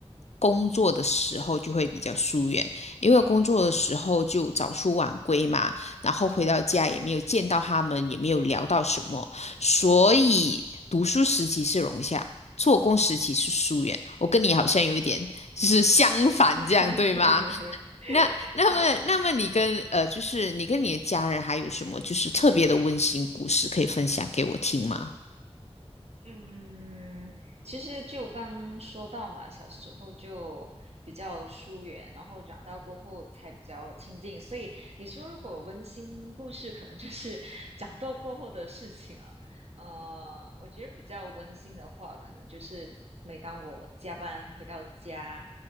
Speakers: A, on the left; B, on the right.
A: 工作的时候就会比较疏远，因为工作的时候就早出晚归嘛，然后回到家也没有见到他们，
B: 嗯，
A: 也没有聊到什么，所以读书时期是融洽，做工时期是疏远。我跟你好像有一点就是相反这样对吗？
B: <laughs> 对，<laughs>
A: 那那么那么你跟呃，
B: 对啊，
A: 就是你跟你的家人还有什么就是特别的温馨故事可以分享给我听吗？
B: 嗯，其实就刚说到嘛，小时候就比较疏远，然后长大过后才比较亲近，所以你说如果温馨故事，可能就是 <laughs> 长大过后的事情了。呃，我觉得比较温馨的话，可能就是每当我加班回到家，